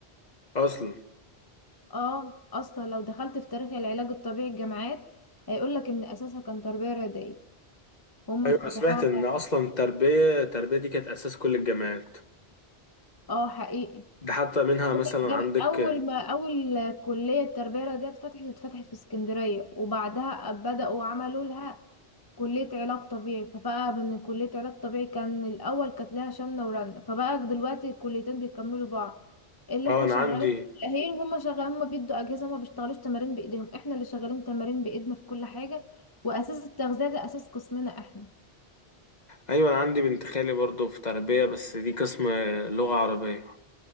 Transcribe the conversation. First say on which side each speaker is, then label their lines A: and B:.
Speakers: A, on the left; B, on the left.
A: أصلا
B: اه اصلا لو دخلت في تاريخ العلاج الطبيعي الجامعات هيقولك ان اساسها كان تربية رياضية وهم
A: ايوه
B: فتحوها
A: انا سمعت ان اصلا التربيه التربيه دي كانت اساس كل الجامعات
B: اه حقيقي
A: ده حتى منها
B: أول
A: مثلا
B: جام-
A: عندك
B: أول ما أول كلية تربية رياضية اتفتحت اتفتحت في اسكندرية وبعدها بدأوا عملوا لها كلية علاج طبيعي فبقى من كلية علاج طبيعي كان الأول كانت لها شمنة ورنة فبقى دلوقتي الكليتين بيكملوا بعض اللي
A: اه
B: احنا
A: انا
B: شغالين
A: عندي
B: في التأهيل وهم شغالين هما بيدوا أجهزة هما بيشتغلوش تمارين بإيديهم احنا اللي شغالين تمارين بإيدنا في كل حاجة وأساس التغذية ده أساس قسمنا احنا
A: ايوه انا عندي بنت خالي برضه في تربيه بس دي قسم لغه عربيه